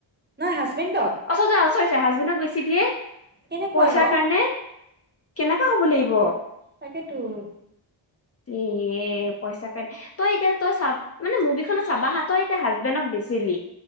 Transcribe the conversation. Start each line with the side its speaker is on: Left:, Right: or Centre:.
Right: নহয়, হাজবেণ্ডক।
Left: <unintelligible> চৰী হাজবেণ্ডক বেছি দিয়ে,
Right: কেনেকুৱা
Left: পইচাৰ
Right: ন
Left: কাৰণে। কেনেকা হ'ব লাগিব? <unintelligible>
Right: তাকেটো। <unintelligible>
Left: এ পইচা কাৰ <inaudible> তই এতিয়া তই চাব মানে মুভিখনত চাবা হা তই এতিয়া হাজবেণ্ডক বেছিলি <inaudible>